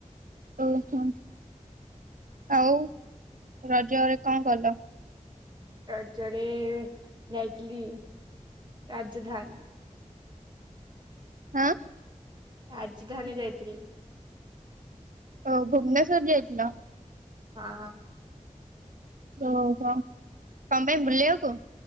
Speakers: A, on the right (about 80°); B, on the right (about 35°).
A: ଓହୋ ଆଉ। ରଜରେ କଣ କଲ?
B: ରଜରେ ଯାଇଥିଲି ରାଜଧାନୀ
A: ହଁ।
B: ରାଜଧାନୀ ଯାଇଥିଲି।
A: ଓ ଭୁବନେଶ୍ୱର ଯାଇଥିଲଥିଲା।
B: ହଁ।
A: ଓ କ କଣ ପାଇଁ ବୁଲେଇବାକୁ